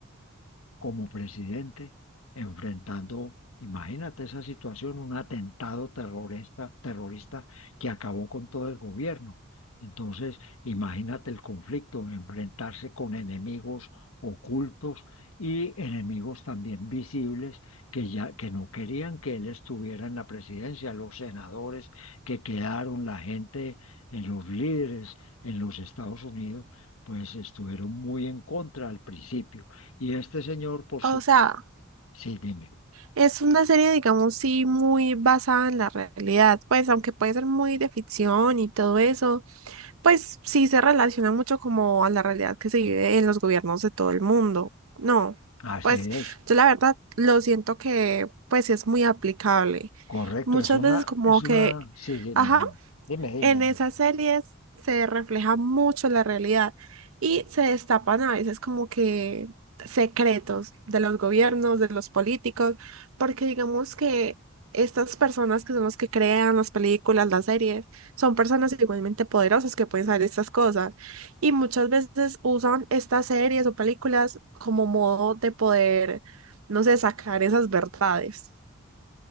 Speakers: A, on the left; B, on the right.
A: como presidente enfrentando, imagínate esa situación, un atentado terrorista, terrorista que acabó con todo el gobierno. Entonces, imagínate el conflicto, enfrentarse con enemigos ocultos y enemigos también visibles que ya que no querían que él estuviera en la presidencia, los senadores que quedaron, la gente, eh, los líderes en los Estados Unidos, pues estuvieron muy en contra al principio. Y este señor, por su...
B: o sea,
A: Sí, dime.
B: Es una serie, digamos, sí, muy basada en la realidad, pues aunque puede ser muy de ficción y todo eso, pues sí se relaciona mucho como a la realidad que se vive en los gobiernos de todo el mundo. No,
A: Así
B: pues
A: es.
B: yo la verdad lo siento que pues es muy aplicable.
A: Correcto.
B: Muchas
A: Es una,
B: veces como
A: es
B: que,
A: una... Sí, dime,
B: ajá,
A: dime, dime,
B: en
A: dime.
B: esas series se refleja mucho la realidad y se destapan a veces como que secretos de los gobiernos, de los políticos, porque digamos que estas personas que son los que crean las películas, las series, son personas igualmente poderosas que pueden saber estas cosas y muchas veces usan estas series o películas como modo de poder, no sé, sacar esas verdades.